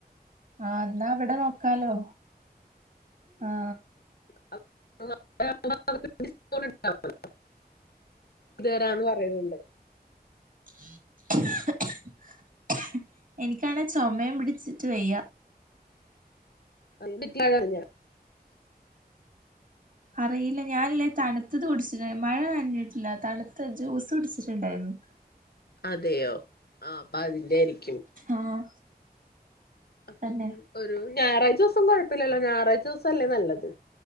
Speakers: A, on the right (about 55°); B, on the left (about 70°).
A: ആ എന്നാ അവടെ നോക്കാലോ ആ
B: <unintelligible> <unintelligible> പറയ്ന്നുണ്ട്
A: ഹ്ഹ്ഹ് ഹ്ഹ എനിക്കാണെ ചൊമേം പിടിച്ചിട്ട് വയ്യ
B: <unintelligible>
A: അറിയില്ല ഞാനില്ലേ തണുത്തത് കുടിച്ചിട് മഴ നനഞ്ഞിട്ടില്ല തണുത്ത ജൂസ് കുട്ച്ചിട്ടുണ്ടാര്ന്നു <inaudible>
B: അതെയോ ആ അപ്പ അതിന്റെ ആരിക്കും
A: ആഹ്
B: അപ്പം
A: തന്നെ
B: ഒരു ഞാറാഴ്ച ദൂസം കൊഴപ്പില്ലല്ലോ ഞായറാഴ്ച ദൂസല്ലെ നല്ലത്